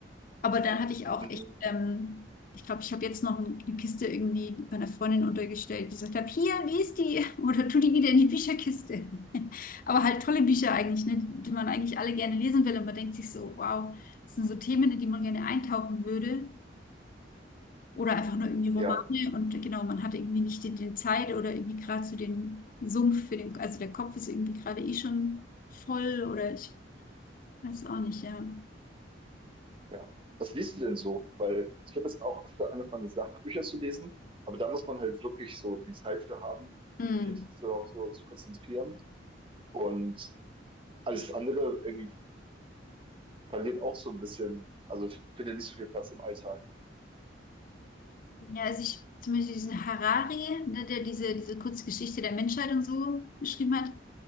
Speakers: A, on the left; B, on the right.
A: Aber dann hatte ich auch
B: Mhm.
A: echt, ähm, ich glaube, ich habe jetzt noch eine Kiste irgendwie bei einer Freundin untergestellt, die gesagt habe, hier, lies die <laughs> oder tu die wieder in die Bücherkiste. <laughs> Aber halt tolle Bücher eigentlich, ne, die man eigentlich alle gerne lesen will und man denkt sich so, wow, das sind so Themen, in die man gerne eintauchen würde. Oder einfach nur irgendwie Romane
B: Ja,
A: und genau, man hatte irgendwie nicht die, die Zeit oder irgendwie gerade so den Sumpf für den, also der Kopf ist irgendwie gerade eh schon voll oder ich weiß auch nicht, ja.
B: ja. Was liest du denn so? Weil ich habe jetzt auch öfter angefangen, Sachbücher zu lesen, aber da muss man halt wirklich so die Zeit für haben, um
A: Hm.
B: sich richtig darauf so zu konzentrieren. Und alles andere irgendwie verliert auch so ein bisschen, also ich finde nicht so viel Platz im Alltag.
A: Ja, also ich zum Beispiel diesen Harari, ne, der diese, diese kurze Geschichte der Menschheit und so geschrieben hat.